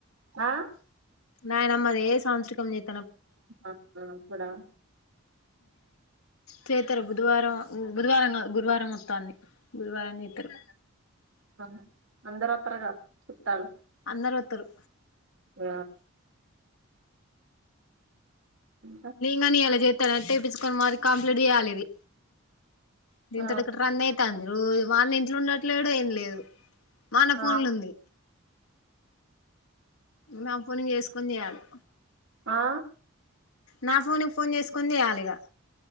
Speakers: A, on the right; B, on the left.
A: ఆ
B: నాయనమ్మదే సంవత్సరం జేస్
A: అవున అప్పుడా
B: చేత్తరు బుధవారం బుధవారం కాద్ గురువారం మొత్తాన్ది గురువారం చేతారు
A: ఆ అందరు వత్తరుగా చుట్టాలు
B: అందరొత్తరు
A: ఆ ఇంకా
B: కానీ అలా చేస్తా నట్టే <inaudible> యిించుకొని మరి కంప్లీట్ చేయ్యాలి ఇది దీని
A: ఆ
B: తోటి ఇక్కడ రందయితాంది రోజు మన ఇంట్లో ఉండట్లేడు ఏం లేదు వాన ఫోన్లుంది
A: ఆ
B: నా ఫోన్ చేసుకొని చేయాలి
A: ఆ
B: నా ఫోన్కి ఫోన్ చేసుకొని చేయాలిగా